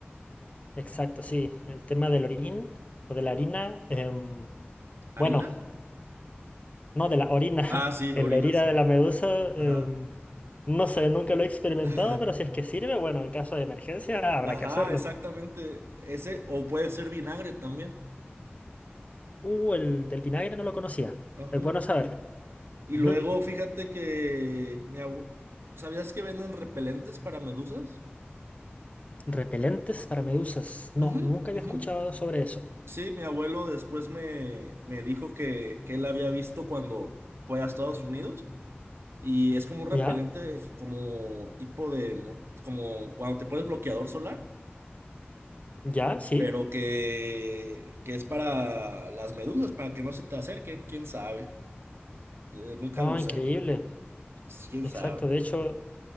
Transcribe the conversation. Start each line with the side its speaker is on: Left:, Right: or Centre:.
Left: Exacto, sí. El tema del orín o de la harina. em,
Right: ¿Harina?
Left: bueno, no de la orina.
Right: Ah, sí,
Left: <laughs> En
Right: orina,
Left: la herida
Right: sí.
Left: de la medusa.
Right: Ajá.
Left: em, no sé, nunca lo he experimentado,
Right: <laughs>
Left: pero si es que sirve, bueno, en caso de emergencia habrá
Right: Ajá,
Left: que hacerlo.
Right: exactamente. Ese, o puede ser vinagre también.
Left: Uh, el del vinagre no lo conocía.
Right: Ajá.
Left: Es bueno saberlo.
Right: Y
Left: Ujú.
Right: luego, fíjate que mi abue- ¿Sabías que venden repelentes para medusas?
Left: Repelentes para medusas. No,
Right: Ujú,
Left: nunca
Right: ujú.
Left: había escuchado sobre eso.
Right: Sí, mi abuelo después me, me dijo que, que él había visto cuando fue a Estados Unidos y es como un
Left: ¿Ya?
Right: repelente, como tipo de, mo- como cuando te pones bloqueador solar,
Left: ¿Ya? ¿Sí?
Right: pero que, que es para las medusas, para que no se te acerquen, quién sabe. Eh, nunca
Left: Oh,
Right: lo usé,
Left: increíble.
Right: quién
Left: Exacto.
Right: sabe.
Left: De hecho,